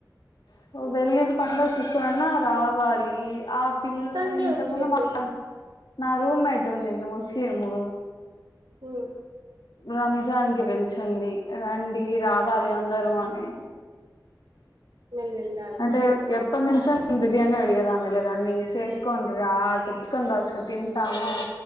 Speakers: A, on the left; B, on the right.
A: సో వెళ్ళిన పండకి ఇస్ సన రావాలి ఆ పిల్లని
B: సండే
A: ఇంతకుముందు
B: వచ్చేసేయ్
A: మ నా రూమ్మెట్ ఉందింది ముస్లిము
B: హ
A: రంజాన్ కి పిలిచింది రండి రావాలి అందరూ అని
B: మళ్ళీ వెళ్ళాలినా
A: అంటే ఎ ఇప్పటినుంచో నేను బిర్యానీ అడిగేదాన్ని లేదాన్నిీ చేసుకని రా కట్తుుకొని రాసుకు తింటాము